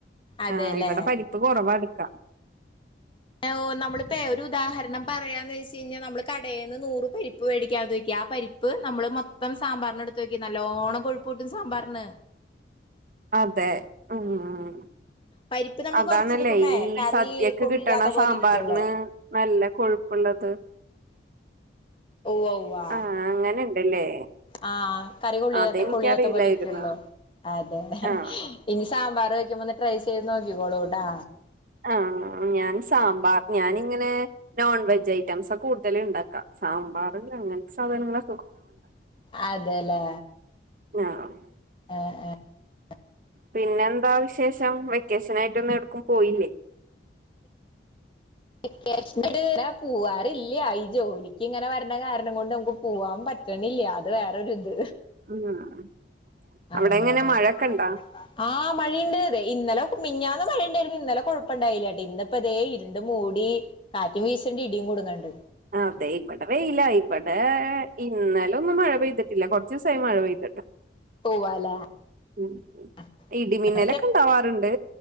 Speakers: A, on the left; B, on the right.
A: അതെല്ലേ
B: ആ ഇവടെ പരിപ്പ് കുറവാട്ക്കാ.
A: <unintelligible> നമ്മളിപ്പേ ഒരുദാഹരണം പറയാന്ന്ച്ച്ഴിഞ്ഞാൽ നമ്മള് കടേന്ന് നൂറ് പരിപ്പ് വേടിക്കാതെയ്ക്കാ. അ പരിപ്പ് നമ്മള് മൊത്തം സാമ്പാർന് എടുത്തോക്കി നല്ലോണ്ണം കൊഴുപ്പൂട്ട് സാമ്പാർന്.
B: അതെ ഉം.
A: പരിപ്പ് നമ്മള്
B: അതാണല്ലേ
A: കൊറച്ചെടുക്കുമ്പേ
B: ഈ
A: കറി
B: സദ്യക്ക്
A: കൊള്ളില്ലാത്ത
B: കിട്ട്ണ
A: പോലെ
B: സാമ്പാർന്
A: ഇരിക്കുള്ളൂ
B: നല്ല കൊഴുപ്പുള്ളത്.
A: ഒവ്വ ഒവ്വാ.
B: ആഹ് അങ്ങനെണ്ടല്ലേ
A: ആ കറി കുളിയത്തെ
B: അതെനിക്കറിയില്ലായിരുന്നു
A: കുളിയത്തെ പോലെ ഇരിയ്ക്ക്ള്ളോ. അതെ
B: ആഹ്
A: ഇനി സാമ്പാർ വെയ്ക്കുമ്പോന്ന് ട്രൈ ചെയ്ത് നോക്കിക്കോളൂട്ടാ.
B: ആ ഞാൻ സാമ്പാർ ഞാനിങ്ങനെ. നോൺ വെജ് ഐറ്റംസാ കൂടുതല്ണ്ടാക്കാ സാമ്പാർ അങ്ങനസാധനങ്ങളെ.
A: അതെലേ.
B: ഞ്ഞാം.
A: <inaudible>
B: പിന്നെന്താ വിശേഷം വെക്കേഷനായിട്ടൊന്ന് എട്ക്കും പോയില്ലേ?
A: ക്കേഷൻ പോവാറില്ല ഈ ജോലിക്ക് ഇങ്ങനെ വരണ കാരണം കൊണ്ട് നമുക്ക് പോവാൻ പറ്റ ണില്ല അത് വേറൊരു ഇത്
B: ഉം അവിടെ
A: അങ്ങനെ
B: എങ്ങനെ
A: അവടെങ്ങന
B: മഴൊക്കെ
A: മഴക്കൊണ്ടോ
B: ഇണ്ടാ
A: ആ മഴയിണ്ട് വൈ ഇന്നലെ മിനിഞ്ഞാന്ന് മഴയിണ്ടായിര്ന്ന് ഇന്നലെ കൊഴപ്പം ഇണ്ടായില്ലട്ടോ ഇന്നപ്പോ ഇതേ ഇരു ണ്ട്മൂടി കാറ്റും വിശണ്‌ണ്ട് ഇടിയും കൂടുങ്ങണ്ട്
B: അതെ ഇപടെ വേയില ഇപടെ ഇ ന്ന്ഒന്നും മഴ പെയ്തിട്ടില്ല കൊറച്ച് ദിവസായി മഴ പെയ്തിട്ട്
A: പോവാല്ലേ
B: ഉം
A: <unintelligible>
B: ഇടിമിന്നലൊക്കെ ഇണ്ടാവാറുണ്ട്